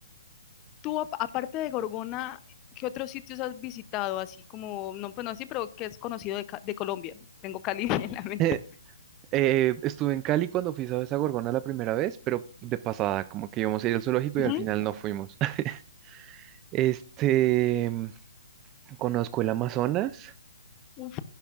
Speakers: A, on the left; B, on the right.
A: tú a- aparte de Gorgona, ¿qué otros sitios has visitado? Así como, no, pues no así, pero que es conocido de, Ca- de Colombia. Tengo Cali <laughs> en la mente.
B: <laughs> Eh, estuve en Cali cuando fui a esa Gorgona la primera vez, pero de pasada, como que íbamos a ir al zoológico
A: Ujú.
B: y al final no fuimos. <laughs> Este, mm, conozco el Amazonas,
A: Uf,